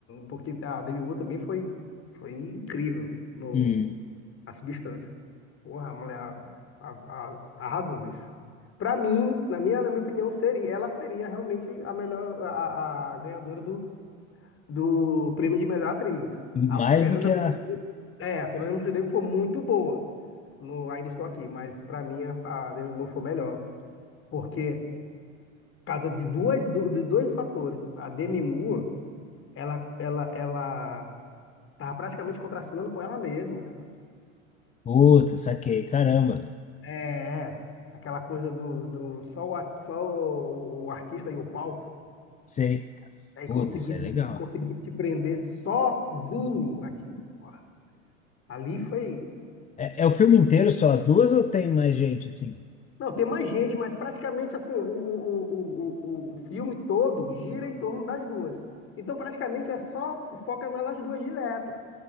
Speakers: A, on the left (about 35°); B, on the left (about 20°).
A: porque a Demi Moore também foi, foi incrível no
B: hum,
A: A Substância. Porra, a mulher a- a- a- arrasou, bicho. Pra mim, na minha, na minha opinião, seria, ela seria realmente a melhor, a, a ganhadora do, do prêmio de melhor atriz.
B: Mais
A: A Fernanda
B: do que
A: Montenegro,
B: a.
A: é, a Fernanda Montenegro foi muito boa. no Ainda Estou Aqui, mas para mim a, a Demi Moore foi melhor, porque por causa de duas do- de dois fatores. A Demi Moore, ela ela ela tava praticamente contracenando com ela mesma, cara.
B: Puta, saquei. Caramba.
A: É, é. aquela coisa do, do só o, a- só o, o artista e o palco,
B: Sei. Cas-
A: aí
B: Puta,
A: conseguir
B: isso é legal.
A: e conseguir te prender sozinho aqui, porra. Ali foi
B: É, é o filme inteiro só as duas ou tem mais gente assim?
A: Não, tem mais gente, mas praticamente assim, o, o, o, o, o filme todo gira em torno das duas. Então, praticamente é só foca nelas duas direto.